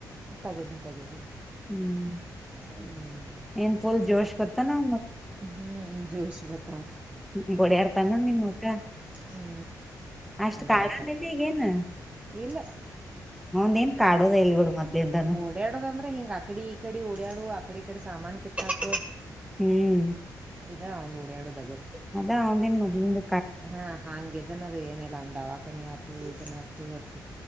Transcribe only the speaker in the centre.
ಹ್ಮ್
ಏನ್ ಫುಲ್ ಜೋಶ್ ಗೊತ್ತ ನ
ಗ ಬಡಿಗೇರ್ ತಾನು ನಿನ್ ಮಖ
ಅಷ್ಟು
ಕಾಲದಿಲ್ಲ ಈಗೇನ್
ನಿನ್ ಕಾಡದೇ ಇಲ್ಲ ಬಿಡು ಮೊದಲಿಂದನು
ಹ್ಮ್
ಅದ ಅವದನ್ ಮೊದ್ನ್ ಬ